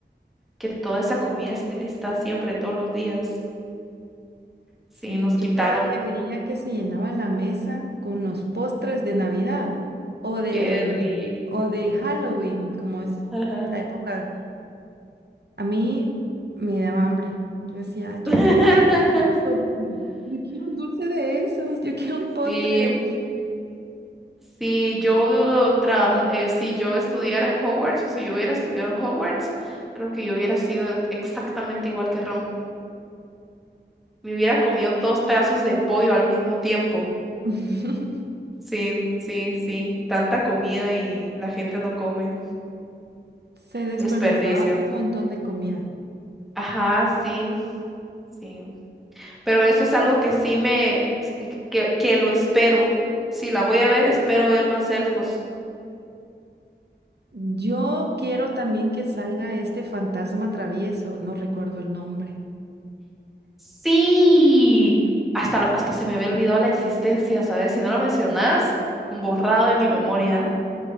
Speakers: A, in the centre; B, on the right.
A: que toda esa comida esté lista siempre, todos los días. Sí,
B: Sí,
A: nos
B: yo
A: quitaron.
B: cada vez que veía que se llenaba la mesa con los postres de Navidad o de,
A: Qué rico.
B: o de Halloween, como es
A: Ajá.
B: la época, a mí me daba hambre. Yo decía, "Ah, yo
A: <laughs>
B: quiero probar eso, yo quiero un dulce de esos, yo quiero un postre
A: Sí,
B: de esos".
A: si yo traba- eh, si yo estudiara en Hogwarts o si yo hubiera estudiado en Hogwarts, creo que yo hubiera sido exactamente igual que Ron. Me hubiera comido dos pedazos de pollo al mismo tiempo.
B: <laughs>
A: Sí, sí, sí. Tanta comida y la gente no come.
B: Se desperdiciaba
A: Desperdicio.
B: un montón de comida.
A: Ajá, sí, sí. Pero eso es algo que sí me, que, que lo espero. Si la voy a ver, espero ver más elfos.
B: Yo quiero también que salga este fantasma travieso, no recuerdo el nombre.
A: Sí, hasta, lo- hasta se me había olvidado la existencia, ¿sabes? Si no lo mencionas, borrado
B: ¿Cómo
A: de mi
B: se
A: memoria.
B: llamaba?